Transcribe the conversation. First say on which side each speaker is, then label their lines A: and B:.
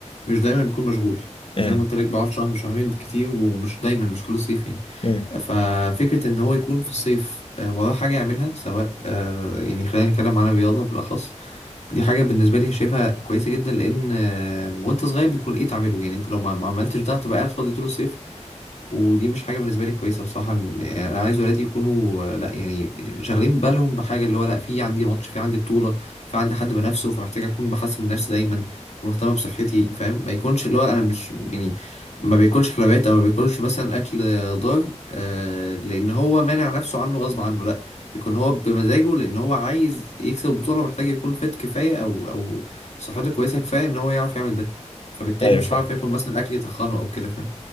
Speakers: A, on the left; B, on the left.
A: مش دايما بكون مشغول
B: امم
A: زي ما قلت لك بقعد شهر شهرين بالكتير ومش دايما مش كل صيف يعني
B: امم
A: ففكرة إن هو يكون في الصيف آه، وراه حاجة يعملها سواء آه، يعني خلينا نتكلم عن الرياضة بالأخص دي حاجة بالنسبة لي شايفها كويسة جدا لأن آه، وأنت صغير بيكون إيه تعمله يعني أنت لو ما ما عملتش ده هتبقى قاعد فاضي طول الصيف ودي مش حاجة بالنسبة لي كويسة بصراحة إن- يعني أنا عايز ولادي يكونوا آه، لأ يعني شاغلين بالهم بحاجة اللي هو لأ في عندي ماتش في عندي بطولة في عندي حد بنافسه فمحتاج أكون بحسن من نفسي دايما مهتمة بصحتي فاهم ما يكونش اللي هو أنا مش يعني ما بياكلش حلويات أو ما بياكلش مثلا أكل ضار آه، لان هو مانع نفسه عنه غصب عنه لا يكون هو بمزاجه لان هو عايز يكسب البطوله محتاج يكون فت كفايه او او صحته كويسه كفايه ان هو يعرف يعمل ده فبالتالي
B: ايوه
A: مش
B: فاهم
A: هعرف ياكل مثلا اكل يتخنه او كده فاهم